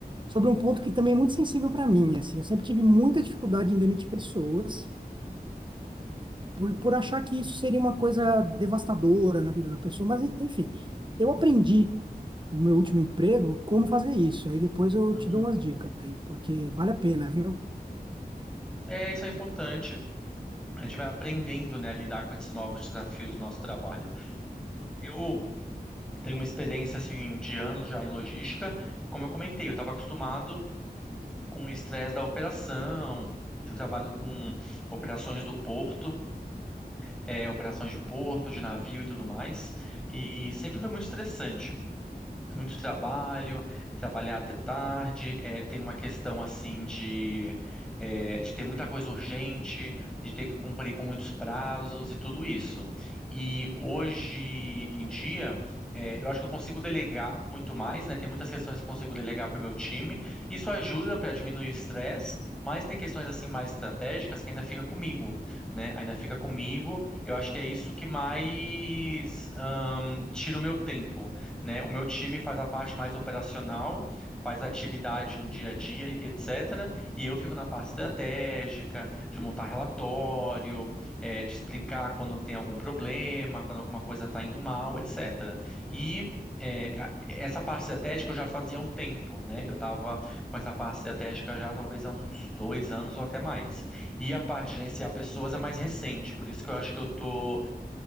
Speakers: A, on the right; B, in the centre.
A: sobre um ponto que também é muito sensível para mim, assim, eu sempre tive muita dificuldade em demitir pessoas por, por achar que isso seria uma coisa devastadora na vida da pessoa, mas enfim, eu aprendi no meu último emprego como fazer isso. Aí depois eu
B: Uhum.
A: te dou umas dicas aí, porque vale a pena, viu?
B: É, isso é importante. A gente vai aprendendo, né, a lidar com esses novos desafios do nosso trabalho. Eu tenho uma experiência, assim, de anos já em logística. Como eu comentei, eu estava acostumado com o estresse da operação. Eu trabalho com operações do porto. é, operações de porto, de navio e tudo mais. E sempre foi muito estressante muito trabalho, trabalhar até tarde, eh, tem uma questão assim de, eh, de ter muita coisa urgente, de ter que cumprir com muitos prazos e tudo isso. E hoje em dia, eh, eu acho que eu consigo delegar muito mais, né? Tem muitas questões que eu consigo delegar para o meu time. Isso ajuda para diminuir o estresse. Mas tem questões assim mais estratégicas que ainda fica comigo, né? Ainda fica comigo. Eu acho que é isso que mais, ahn, tira o meu tempo né? O meu time faz a parte mais operacional, faz a atividade do dia a dia, e etc. E eu fico na parte estratégica, de montar relatório, eh, de explicar quando tem algum problema, quando alguma coisa está indo mal, etc. E eh, a- essa parte estratégica eu já fazia há um tempo, né? Eu estava com essa parte estratégica já talvez há uns dois anos ou até mais. E a parte de gerenciar pessoas é mais recente, por isso que eu acho que eu estou